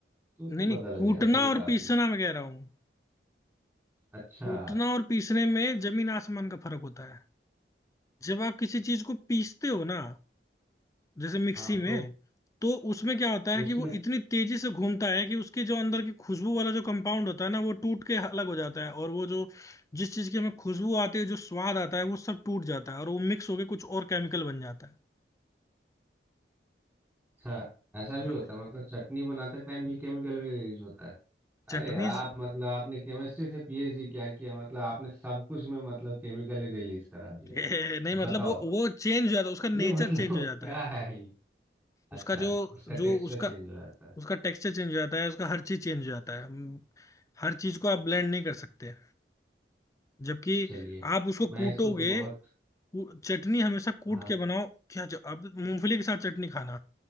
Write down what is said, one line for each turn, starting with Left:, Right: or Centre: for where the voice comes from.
Centre: तो तो
Left: नहीं
Centre: बदल
Left: नहीं कूटना
Centre: गया सही
Left: और
Centre: कहा
Left: पीसना
Centre: आपने
Left: मैं कह रहा हूँ
Centre: अच्छा
Left: कूटना और पीसने में जमीन आसमान का फर्क होता है जब आप किसी चीज को पीसते हो ना जैसे मिक्सी
Centre: हाँ
Left: में
Centre: तो
Left: तो उसमें क्या होता है
Centre: उसमें
Left: कि वो इतनी तेजी से घूमता है कि उसके जो अंदर की खुशबू वाला जो कंपाउंड होता है ना वो टूट के अलग हो जाता है और वो जो जिस चीज की हमें खुशबू आती है जो स्वाद आता है वो सब टूट जाता है और वो मिक्स होके कुछ और केमिकल बन जाता है
Centre: अच्छा ऐसा भी
Left: हाँ,
Centre: होता है मतलब चटनी बनाते टाइम भी केमिकल यूज होता है
Left: चटनी
Centre: अरे आप मतलब आपने केमिस्ट्री से पीएचडी क्या किया मतलब आपने सब कुछ में मतलब केमिकल ही रिलीज करा दिया
Left: ये नहीं मतलब
Centre: बताओ
Left: वो वो चेंज हो जाता है उसका नेचर
Centre: नहीं मतलब
Left: चेंज हो जाता
Centre: <laughs> क्या
Left: है
Centre: है अच्छा
Left: उसका जो
Centre: उसका टेक्सचर
Left: जो उसका
Centre: चेंज हो जाता है
Left: उसका टेक्सचर चेंज हो जाता है उसका हर चीज चेंज हो जाता है हम्म, हर चीज को आप ब्लेंड नहीं कर सकते जबकि
Centre: चलिए
Left: आप उसको
Centre: मैं
Left: कूटोगे
Centre: इसको तो बहुत
Left: कू- चटनी हमेशा
Centre: हाँ
Left: कूट के बनाओ क्या जो अब मूंगफली के साथ चटनी खाना